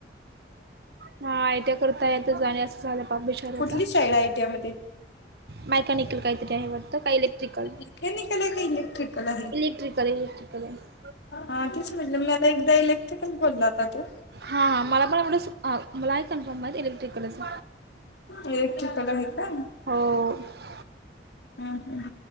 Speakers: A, on the right; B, on the left.
A: हा आय टिया करता येत. अणि असं झालं बाप बिचाऱ्याचं.
B: कुठली साईड आय टी आय मध्ये
A: मेकॅनिकल कायितरी आहे वाटतं, का इलेक्ट्रिकल?
B: मेकॅनिकलाय का इलेक्ट्रिकल आहे.?
A: इलेक्ट्रिकल इलेक्ट्रिकल आहे
B: हा तेच म्हटलं मी आता एकदा इलेक्ट्रिकल बोलला होता तो.
A: हा हा मला पण एवढं हा मला कन्फर्म आहे इलेक्ट्रिकलच
B: एक तला आहेता <unintelligible>
A: हो
B: हम्म हम्म